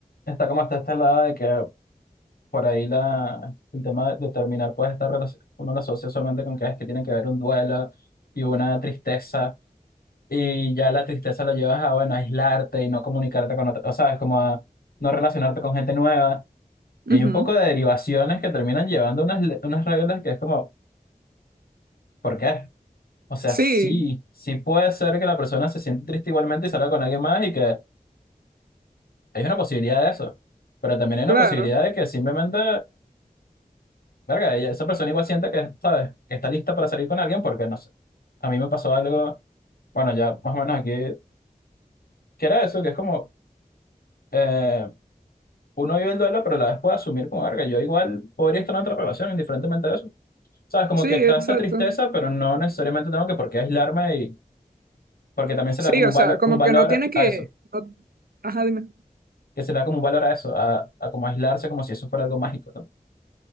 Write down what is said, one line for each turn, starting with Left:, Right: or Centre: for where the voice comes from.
Left: está como está esta lado de que por ahí la, el tema de terminar puede estar relac- uno lo asocia solamente con que es que tiene que haber un duelo y una tristeza, y ya la tristeza la llevas a, bueno, aislarte y no comunicarte con otra, o sabes, como a no relacionarte con gente nueva.
Right: Ujú.
Left: Y hay un poco de derivaciones que terminan llevando unas, le- unas reglas que es como, ¿por qué? O sea,
Right: Sí,
Left: sí, sí puede ser que la persona se siente triste igualmente y salga con alguien más y que hay una posibilidad de eso. Pero también hay una
Right: claro,
Left: posibilidad de que simplemente, verga, ella- esa persona igual siente que, ¿sabes? que está lista para salir con alguien porque, no sé, a mí me pasó algo, bueno, ya más o menos aquí, que era eso, que es como, eh, uno vive el duelo, pero a la vez puede asumir como, verga, yo igual podría estar en otra relación, indiferentemente de eso. ¿Sabes? Como
Right: sí,
Left: que está
Right: exacto.
Left: esta tristeza, pero no necesariamente tengo que por qué aislarme y porque también se
Right: Sí,
Left: le da como
Right: o
Left: un
Right: sea,
Left: valo-
Right: como
Left: un valor
Right: que no tienes que,
Left: a eso.
Right: no- ajá, dime.
Left: que se le da como un valor a eso, a, a como aislarse como si eso fuera algo mágico también.